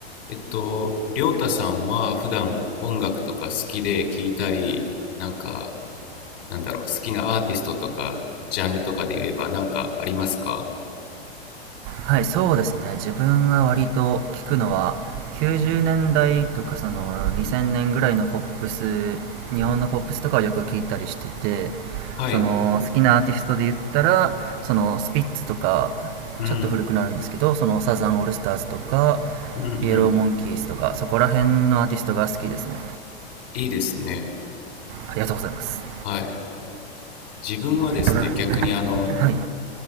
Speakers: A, on the left; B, on the right.
A: えっと、りょうたさんは普段音楽とか好きで聴いたり、なんか、なんだろう、好きなアーティストとか、ジャンルとかで言えばなんかありますか
B: はい、そうですね。自分は割と聞くのは、90年代とかその2000年ぐらいのポップス日本のポップスとかをよく聞いたりしてて、
A: はい。
B: その好きなアーティストで言ったら、そのスピッツとか、
A: うん。
B: ちょっと古くなるんですけど、そのサザンオールスターズとか、
A: うんうん。
B: イエローモンキーズとか、そこら辺のアーティストが好きですね。
A: いいですね。
B: ありがとうございます。
A: はい。自分はですね、
B: ここら
A: 逆にあの、
B: 辺はい。